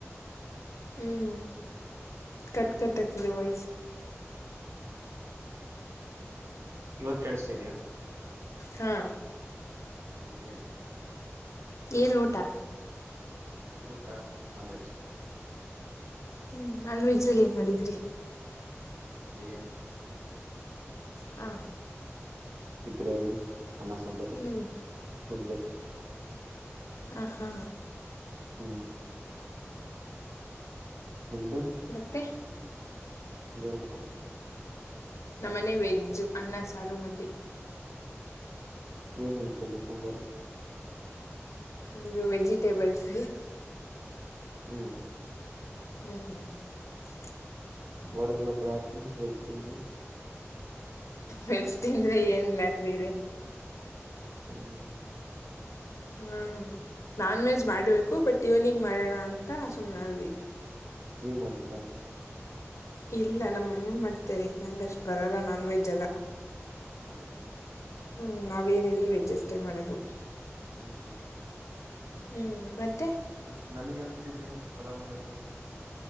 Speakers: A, on the left (about 80°); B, on the right (about 75°).
A: ಹ್ಮ್ ಕಟ್ ಕಟ್ ಆಗ್ತಿದೆ ವಾಯ್ಸ್
B: ಇವಾಗ ಕೇಳಸ್ತಾ ಇದ್ಯಾ
A: ಹಾ
B: ಹ್ಮ್ ಹೇಳಿ
A: ಏನು ಊಟ
B: ಊಟ ನಾನ್ವೆೆಜ್
A: ಹ್ಮ್ ನಾನ್ ವೆಜಲ್ಲಿ ಏನ್ ಮಾಡಿದ್ರಿ
B: ಬಿರಿಯಾನಿ
A: ಹಾ
B: ದಿ ಗ್ರೇವಿ ಅನ್ನ ಸಾಂಬಾರು
A: ಹ್ಮ್
B: ಮುದ್ದೆ
A: ಆ ಹಾ
B: ಹ್ಮ್ ನಿಮ್ದು
A: ಮತ್ತೆ
B: ಹೇಳ್ಬೇಕು
A: ನಮ್ಮನೆ ವೆಜ್ಜ್ ಅನ್ನ ಸಾರು ಮುದ್ದೆ
B: ಏನು ವೆಜ್ಜಲ್ಲಿ ಸಾಂಬಾರು
A: ಇಂದು ವೆಜಿಟೇಬಲ್ಸ್
B: ಹ್ಮ್
A: ಹ್ಮ್
B: ಹೊಡದ್ರಲ್ಲಪ್ಪ ಲಾಟ್ರಿ ವೆಜ್ ಚಿಲ್ಲಿ
A: ವೆಜ್ ತಿಂದ್ರೆ ಏನ್ ಲಾಟ್ರಿ ಇದೆ
B: ಹ್ಮ್
A: ಹಾ ನಾನ್ ವೆಜ್ ಮಾಡ್ಬೇಕು ಬಟ್ ಈವ್ನಿಂಗ್ ಮಾಡೋಣ ಅಂತ ಸುಮ್ಮನಾದ್ವಿ
B: ನೀವ ಮಾಡ್ತೀರಾ
A: ಇಲ್ಲ ನಮ್ಮಮ್ಮ ಮಾಡ್ತರೆ ನಂಗಷ್ಟು ಬರಲ್ಲ ನಾನ್ ವೆಜ್ ಎಲ್ಲ
B: ಹ್ಞೂಂ
A: ಹ್ಮ್ ನಾವೇನಿದ್ರು ವೆಜ್ ಅಷ್ಟೇ ಮಾಡೋದು
B: ಹ್ಮ್ ಹ್ಮ್
A: ಹ್ಮ್ ಮತ್
B: ಮತ್ ನನಗೆ ಹೇಳ್ಕೊಟ್ಟಿದ್ರಿ ಇವತ್ತು ಪಲಾವ್ ಮಾಡೋದ ಹೆಂಗೆ ಅಂತ